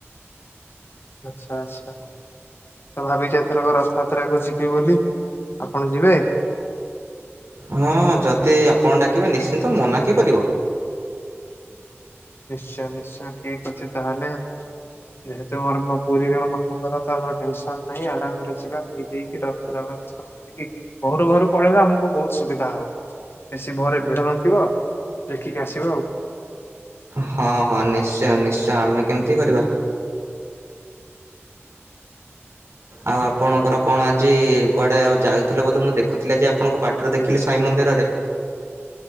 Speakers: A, on the left; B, on the right.
A: ଆଚ୍ଛା ଆଚ୍ଛା ତ ଭାବିଚଥରକ ରଥ ଯାତ୍ରାକୁ ଯିବି ବୋଲି ଆପଣ ଯିବେ।
B: ହଁ ଯଦି ଆପଣ ଡାକିବେ ନିଶ୍ଚିନ୍ତ ମନାକ କରିବ।
A: ନିଶ୍ଚୟ ନିଶ୍ଚୟ ଠିକ ଅଛି ତାହେଲେ ଯେହେତୁ ମୋର ପୁରୀରେ ମୋ ମାମଁ ଘର ତ ଆମର ଟେନସନ ନାହିଁ ଆରାମରେ ଯିବା ଖ ପକି ରଥ ଜଗ କରିକି ଘରୁ ଘରୁ ପଳେଇଲେ ଆମକୁ ବହୁତ ସୁବିଧା ହବ ବେଶୀ ଭୋରେ ଭିଡ ନଥିବ ଦେଖିକି ଆସିବ ଆଉ।
B: ହଁ ହଁ ନିଶ୍ଚୟ ନିଶ୍ଚୟ ଆମେ କେମିତି କରିବା। ଆଉ ଆପଣଙ୍କର କଣ ଆଜି କୁଆଡ଼େ ଆଉ ଯାଉଥିଲ ବୋଧେ ମୁଁ ଦେଖୁଥିଲି ଆଜି ଆପଣଙ୍କୁ ବାଟରେ ଦେଖିଲି ସାଇ ମନ୍ଦିରରେ।